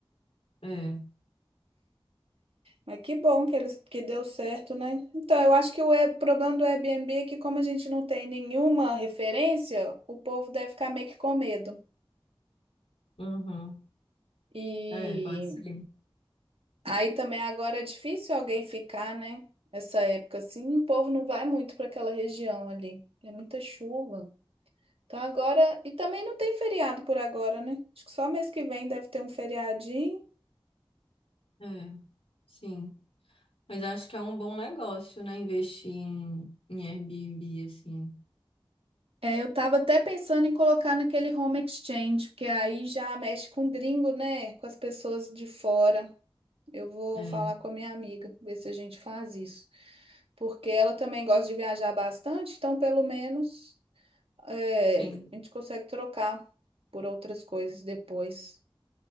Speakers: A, on the left; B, on the right.
A: É,
B: Mas que bom que eles que deu certo, né? Então, eu acho que o Air- problema do Airbnb é que como a gente não tem nenhuma referência, o povo deve ficar meio que com medo.
A: uhum.
B: E
A: É, pode ser.
B: aí também agora é difícil alguém ficar, né? Essa época assim, o povo não vai muito para aquela região ali. É muita chuva. Então agora. E também não tem feriado por agora, né? Acho que só mês que vem deve ter um feriadinho.
A: É, sim. Mas eu acho que é um bom negócio, né? Investir em, em Airbnb, assim.
B: É, eu tava até pensando em colocar naquele home exchange, porque aí já mexe com gringo, né? Com as pessoas de fora. Eu vou
A: É,
B: falar com a minha amiga, ver se a gente faz isso. Porque ela também gosta de viajar bastante, então pelo menos é,
A: sim.
B: a gente consegue trocar por outras coisas depois.